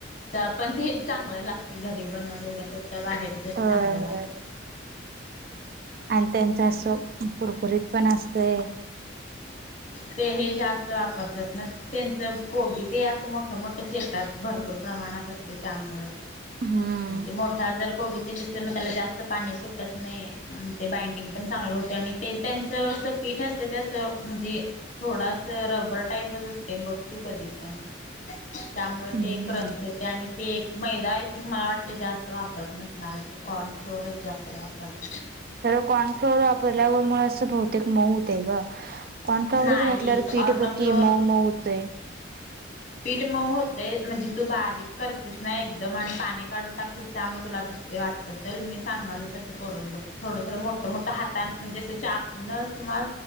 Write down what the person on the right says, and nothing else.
होय
होय
आणि त्यांच्या कुरकुरीत पण असतंय
हम्म
हम्म
खरं कॉर्नफ्लोअर वापरल्यावर म असं बहुतेक मऊत आहे ग! कॉर्नफ्लाॉवरच
घातल्यावर
पीठ बघ की मऊ मऊ होतय.